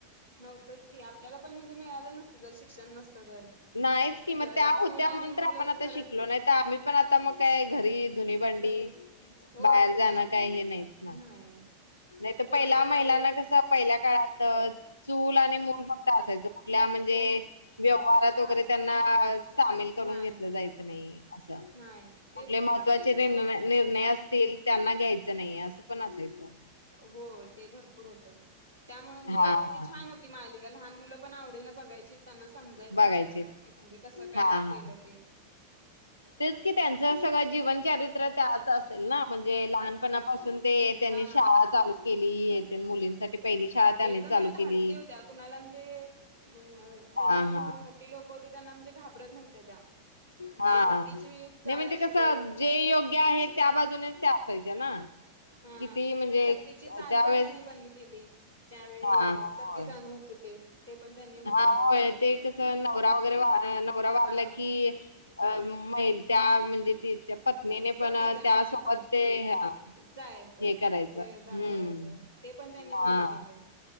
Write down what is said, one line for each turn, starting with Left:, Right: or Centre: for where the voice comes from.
Right: नव्हतंच की, आपल्याला पण म्हणजे मिळालं नसतं जर शिक्षण नसतं तर.
Left: नाहीच कि म
Right: घ
Left: त्या होत्या
Right: चूल आणि
Left: म्हणून
Right: मुलंच
Left: तर आपण आता
Right: करत
Left: शिकलो नाही त आम्ही पण आता मग काय घरी धुनी भांडी
Right: घरीच होय
Left: बाहेर
Right: तेच
Left: जाणं
Right: की
Left: काय हे नाहीचं
Right: नाही
Left: नाही त
Right: पूर्वीच्या
Left: पहिल्या महिलांना
Right: काळीत
Left: कस पहिल्या काळात चूल आणि मूल फक्त असायचं. कूठल्या म्हणजे
Right: हो
Left: व्यवहारात
Right: बाय
Left: वगैरे त्यांना सामील करून
Right: नाही
Left: घेतल जायच नाही अस
Right: नाही तेच
Left: कुठले
Right: की
Left: महत्वाचे
Right: बाहेर
Left: नि
Right: काय हे नाही
Left: निर्णय असतील त्यांना घ्यायचा नाही असं पण असायचं.
Right: हो ते भरपूर होत त्यामुळे म्हणजे
Left: हा हा
Right: ती छान होती मालिक लहान मुलं पण आवडीनं बघायची त्यांना समजायचं
Left: बघायचे
Right: काय काय म्हणजे कसं काय
Left: हा
Right: केलं.
Left: हा
Right: तेे
Left: तेच की त्यांच सगळं जीवनचरित. त्यात असेल ना म्हणजे लहानपणापासून ते त्यांनी
Right: हा.
Left: शाळा चालू केली येथ मुलींसाठी पहिली शाळा
Right: म्हणजे
Left: त्यांनीच
Right: एकदम
Left: चालू
Right: त्या धाडसी
Left: केली.
Right: होत्या कुणाला म्हणजे अ त्याच्या
Left: हा
Right: मोठी
Left: हा
Right: लोक होते त्यांना म्हणजे घाबरत नव्हत्या त्या म्हणजे
Left: हा
Right: सतीची चाल
Left: नाही म्हणजे
Right: असू
Left: कसं
Right: दे.
Left: जे योग्य आहेत त्या बाजूनेच ते असायचे ना.
Right: हा
Left: किती म्हणजे
Right: सत्तेची चाल
Left: त्यावेेळेस
Right: पण त्यांनी बंद केली ज्यावेळी
Left: हा होय.
Right: सत्ती जाणं होतं ते ते पण त्यांनी
Left: हा
Right: हे
Left: होय
Right: बंद केलं
Left: ते कस नवरा वगैरे नवरा वारला
Right: हा
Left: की. अ म्हणत्या म्हणजे तिच्या <inaudible> पत्नीने
Right: सत्ती
Left: पण
Right: जाणं
Left: त्यासोबत
Right: हा
Left: ते हे
Right: जायचं
Left: करायचं
Right: देहदान
Left: हम्म.
Right: करायचं ते पण त्यांनी
Left: हा
Right: बंद केल.